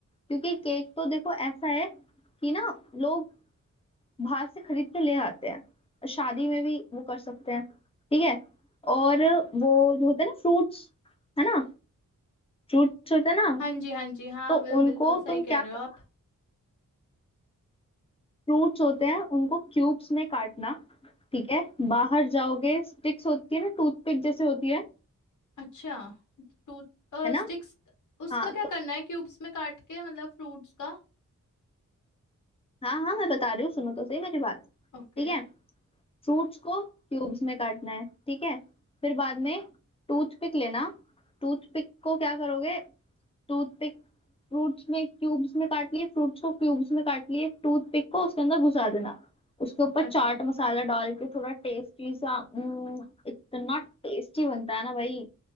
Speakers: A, on the left (about 20°); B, on the left (about 70°).
A: क्योंकि केक तो देखो ऐसा है कि ना लोग बाहर से खरीद के ले आते हैं शादी में भी वो कर सकते हैं ठीक है और वो जो होते हैं ना फ्रूट्स है ना फ्रूट्स होते हैं ना
B: हाँ जी हाँ जी हाँ
A: तो
B: बिल-
A: उनको
B: बिल्कुल सही
A: तुम
B: कह
A: क्या
B: रहे
A: करना
B: हो आप
A: फ्रूट्स होते हैं उनको क्यूब्स में काटना ठीक है बाहर जाओगे स्टिक्स होती है ना टूथपिक जैसे होती है
B: अच्छा तो
A: है ना
B: स्टिक्स उसका
A: हाँ
B: क्या
A: तो
B: करना है क्यूब्स में काट के मतलब फ्रूट्स का
A: हाँ हाँ मैं बता रही हूँ सुनो तो सही मेरी बात
B: ओके
A: ठीक है फ्रूट्स को क्यूब्स में काटना है ठीक है फिर बाद में टूथपिक लेना टूथपिक को क्या करोगे टूथपिक फ्रूट्स में क्यूब्स में काट लिए फ्रूट्स को क्यूब्स में काट लिए टूथपिक को उसके अंदर घुसा देना उसके ऊपर
B: अच्छा
A: चाट मसाला डाल के थोड़ा टेस्टी सा उम्म, इतना टेस्टी बनता है ना भाई